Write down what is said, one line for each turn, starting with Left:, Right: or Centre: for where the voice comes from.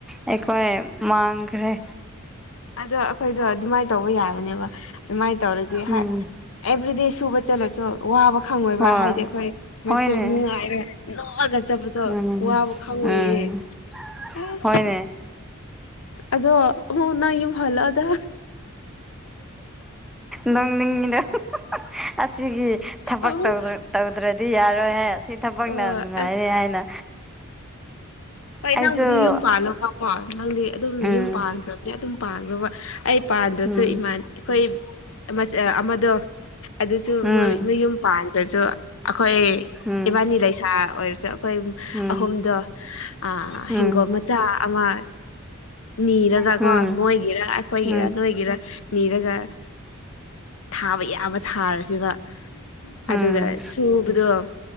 Centre: ꯑꯩꯈꯣꯏ ꯃꯥꯡꯈ꯭ꯔꯦ
Left: ꯑꯗꯣ ꯑꯩꯈꯣꯏꯗꯣ ꯑꯗꯨꯃꯥꯏ ꯇꯧꯕ ꯌꯥꯕꯅꯦꯕ ꯑꯗꯨꯃꯥꯏ ꯇꯧꯔꯗꯤ
Centre: ꯎꯝ
Left: ꯍꯥꯏ ꯑꯦꯕ꯭ꯔꯤꯗꯦ ꯁꯨꯕ ꯆꯠꯂꯁꯨ ꯋꯥꯕ ꯈꯪꯉꯣꯏꯕ
Centre: ꯍꯣꯏ
Left: ꯍꯥꯏꯗꯤ ꯑꯩꯈꯣꯏ ꯃꯁꯦ
Centre: ꯍꯣꯏꯅꯦ
Left: ꯅꯨꯡꯉꯥꯏꯔ ꯅꫭꯛꯑꯒ ꯆꯠꯕꯗꯣ
Centre: ꯎꯝ
Left: ꯋꯥꯕ ꯈꯪꯉꯣꯏꯌꯦ꯫
Centre: ꯎꯝ
Left: ꯑꯁ
Centre: ꯍꫭꯏꯅꯦ꯫
Left: ꯑꯗꯣ ꯑꯃꯨꯛ ꯅꯪ ꯌꯨꯝ ꯍꯜꯂꯛꯑꯗ꯫
Centre: ꯅꫭꯛꯅꯤꯡꯏꯗ ꯑꯁꯤꯒꯤ ꯊꯕꯛ
Left: ꯑꯃꯨꯛ
Centre: ꯇꯧꯗ꯭ꯔ ꯇꯧꯗ꯭ꯔꯗꯤ ꯌꯥꯔꯣꯏ ꯍꯦ ꯑꯁꯤ ꯊꯕꯛꯅ
Left: ꯑꯣ
Centre: ꯅꯨꯡꯉꯥꯏꯅꯤ
Left: ꯑꯁ
Centre: ꯍꯥꯏꯅ
Left: ꯍꯣꯏ
Centre: ꯑꯩꯁꯨ
Left: ꯅꯪꯕꯨꯗꯤ ꯌꯨꯝ ꯄꯥꯜꯂꯣꯕꯀꯣ꯫ ꯅꯪꯗꯤ ꯑꯗꯨꯝ
Centre: ꯎꯝ
Left: ꯌꯨꯝ ꯄꯥꯟꯈ꯭ꯔꯕꯅꯦ ꯑꯗꯨꯝ ꯄꯥꯟꯈ꯭ꯔꫭꯕ ꯑꯩ ꯄꯥꯟꯗ꯭ꯔꯁꯨ
Centre: ꯎꯝ
Left: ꯏꯃꯥꯟ ꯑꯩꯈꯣꯏ ꯑꯃꯁ ꯑꯥ ꯑꯃ ꯗꯣ ꯑꯗꯨꯁꯨ
Centre: ꯎꯝ
Left: ꯃꯌꯨꯝ ꯄꯥꯟꯗꯁꯨ ꯑꯩꯈꯣꯏ
Centre: ꯎꯝ
Left: ꯏꯕꯥꯅꯤ ꯂꯩꯁꯥ ꯑꯣꯏꯔꯁꯦ ꯑꯈꯣꯏ
Centre: ꯎꯝ
Left: ꯑꯍꯨꯝꯗꯣ ꯑꯥ
Centre: ꯎꯝ
Left: ꯍꯤꯡꯒꯣꯜ ꯃꯆꯥ ꯑꯃ ꯅꯤꯔꯒ
Centre: ꯎꯝ
Left: ꯀꯣ ꯃꯣꯏꯒꯤꯔ ꯑꯩꯈꯣꯏꯒꯤꯔ
Centre: ꯎꯝ
Left: ꯅꯣꯏꯒꯤꯔ ꯅꯤꯔꯒ ꯊꯥꯕ ꯌꯥꯕ ꯊꯥꯔꯁꯤꯕ꯫
Centre: ꯎꯝ
Left: ꯑꯗꯨꯒ ꯁꯨꯕꯗꫭ